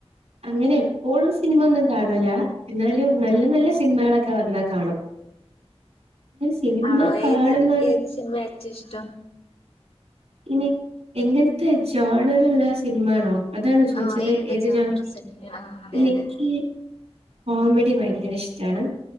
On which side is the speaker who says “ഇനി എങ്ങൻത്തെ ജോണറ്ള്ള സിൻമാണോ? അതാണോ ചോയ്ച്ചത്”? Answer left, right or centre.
Right